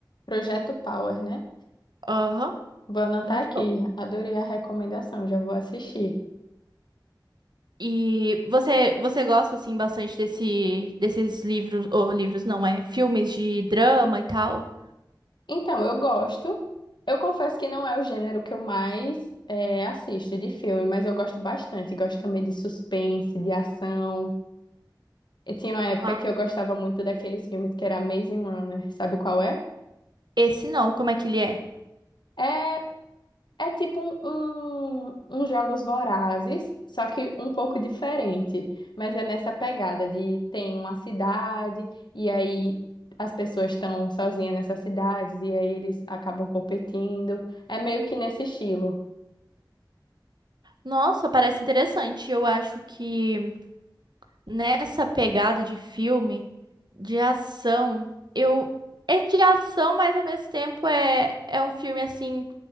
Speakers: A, on the left; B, on the right.
A: Projeto Power, né?
B: Aham,
A: Vou anotar
B: muito
A: aqui.
B: bom.
A: Adorei a recomendação, já vou assistir.
B: E você você gosta assim bastante desse desses livros ou livros não é, filmes de drama e tal?
A: Então, eu gosto. Eu confesso que não é o gênero que eu mais é, assisto de filme, mas eu gosto bastante. Gosto também de suspense, de ação. E tinha uma época
B: Ah,
A: que eu gostava muito daqueles filmes que era Amazing Runner. Sabe qual é?
B: esse não, como é que ele é?
A: É É tipo um, um, um Jogos Vorazes, só que um pouco diferente. Mas é nessa pegada de tem uma cidade, e aí as pessoas estão sozinhas nessas cidades, e aí eles acabam competindo. É meio que nesse estilo.
B: Nossa, parece interessante. Eu acho que nessa pegada de filme de ação, eu é de ação, mas ao mesmo tempo é é um filme assim